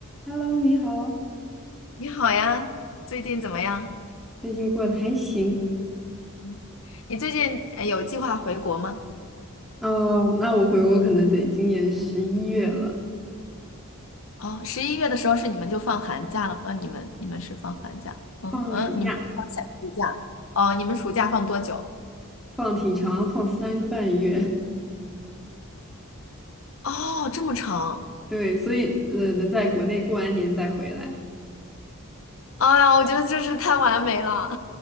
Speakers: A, in the centre; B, on the left (about 65°).
A: Hello，你好，
B: 你好呀，最近怎么样？
A: 最近过得还行？
B: 嗯，你最近呃有计划回国吗？
A: 哦，那我回国可能得今年十一月了，
B: 哦，十一月的时候是你们就放寒假了，呃，你们你们是放寒假，嗯嗯，
A: 放暑假，
B: 呃你们放夏暑假，哦，你们暑假放多久？
A: 放挺长，放三个半月。
B: 哦，这么长，
A: <laughs> 对，所以呃，能在国内过完年再回来
B: 哎呀，我觉得真是太完美了，